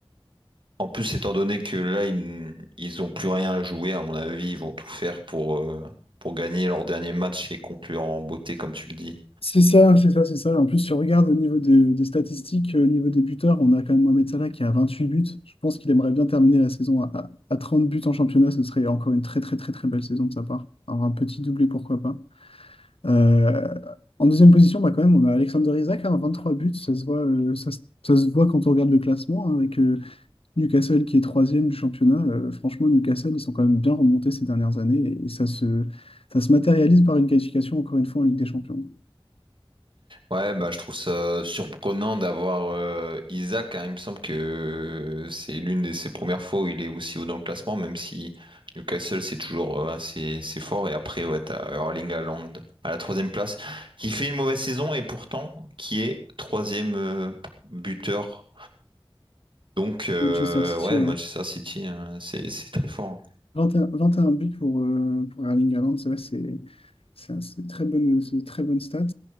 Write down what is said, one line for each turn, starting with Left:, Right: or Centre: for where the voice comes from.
Right: En plus, étant donné que là, ils, ils ont plus rien à jouer, à mon avis, ils vont tout faire pour, euh, pour gagner leur dernier match et conclure en beauté, comme tu le dis.
Left: C'est ça, c'est ça, c'est ça. En plus, si on regarde au niveau des, des statistiques, euh, au niveau des buteurs, on a quand même Mohamed Salah qui a 28 buts. Je pense qu'il aimerait bien terminer la saison à, à- à 30 buts en championnat. Ce serait encore une très, très, très, très belle saison de sa part. Alors, un petit doublé, pourquoi pas. Euh, en deuxième position, bah, quand même, on a Alexander Isak, hein, trois buts. Ça se voit, euh, ça, se ça se voit quand on regarde le classement, hein, avec euh, Newcastle qui est troisième du championnat. Euh, franchement, Newcastle, ils sont quand même bien remontés ces dernières années et, et ça se, ça se matérialise par une qualification, encore une fois, en Ligue des Champions.
Right: Ouais, bah, je trouve ça surprenant d'avoir euh, Isaac. hein. Il me semble que c'est l'une de ses premières fois où il est aussi haut dans le classement, même si Newcastle, c'est toujours euh, assez, assez fort. Et après, ouais, t'as Erling Haaland à la troisième place, qui fait une mauvaise saison et pourtant qui est troisième euh, buteur Donc, euh,
Left: Manchester City,
Right: ouais,
Left: ouais.
Right: Manchester City, hein, c'est c'est très fort. hein.
Left: 21, 21 buts pour, euh, pour Erling Haaland, c'est vrai, c'est c'est un- c'est une très bonne, c'est une très bonne stat.